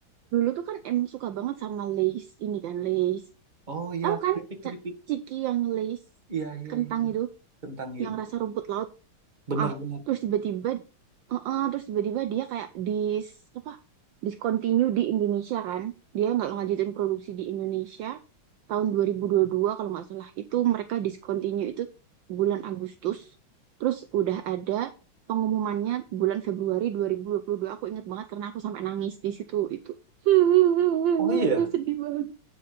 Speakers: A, on the right; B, on the right.
A: dulu tuh kan em suka banget sama Lay's ini kan Lay's
B: Oh iya,
A: Tahu kan
B: keripik
A: ca-
B: keripik,
A: ciki yang lace
B: iya iya
A: kentang
B: iya,
A: itu,
B: kentang iya
A: yang
B: betul,
A: rasa rumput laut.
B: benar
A: Ah,
B: benar.
A: terus tiba-tiba Heeh, terus tiba-tiba dia kayak dis apa? Discontinue di Indonesia kan. Dia nggak lanjutin produksi di Indonesia tahun dua dua ribu dua puluh dua kalau nggak salah. Itu mereka discontinue itu bulan Agustus. Terus udah ada pengumumannya bulan Februari dua dua ribu dua puluh dua Aku ingat banget karena aku sampai nangis di situ itu. <laughs>
B: Oh iya,
A: Sedih banget.